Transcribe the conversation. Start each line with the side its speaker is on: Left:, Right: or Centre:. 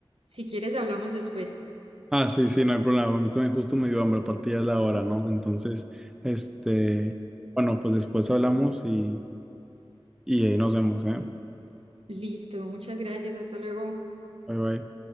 Right: si quieres hablamos después.
Centre: Ah, sí, sí, no hay problema. A mí también justo me dio hambre, aparte ya es la hora, ¿no? Entonces, este, bueno, pues después hablamos y, y ahí nos vemos, ¿eh?
Right: Listo, muchas gracias, hasta luego.
Centre: Bye bye.